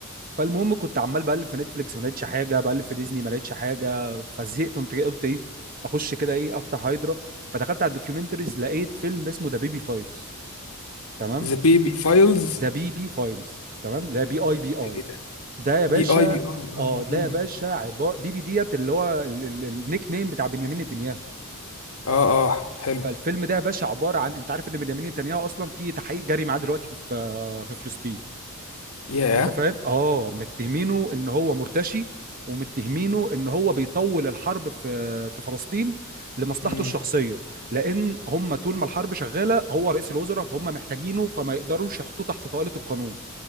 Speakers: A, on the right (about 40°); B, on the left (about 80°).
A: فالمهم كنت عمال بقلب في نتفليكس ما لقيتش حاجه بقلب في ديزني ما لقيتش حاجه فزهقت قمت جاي قلت ايه اخش كده ايه افتح هايدرا فدخلت على الدوكيومنتريز لقيت فيلم اسمه ذا بيبي فايلز تمام
B: <laughs> ذا بيبي فايلز
A: ذا بيبي فايلز تمام لا بي اي بي اي
B: ايه ده
A: ده يا باشا
B: بي اي بي اي اه
A: اه ده
B: بيبي
A: يا باشا عباره بيبي ديت اللي هو ال- ال- النيك نيم بتاع بنيامين نتنياهو
B: اه اه حلو
A: فالفيلم ده يا باشا عباره عن انت عارف ان بنيامين نتنياهو اصلا في تحقيق جاري معاه دلوقتي في في فلسطين
B: ياه
A: انت فاهم اه متهمينه ان هو مرتشي ومتهمينه ان هو بيطول الحرب في في فلسطين لمصلحته
B: امم
A: الشخصيه لان هم طول ما الحرب شغاله هو رئيس الوزراء فهم محتاجينه فما يقدروش يحطوه تحت طائله القانون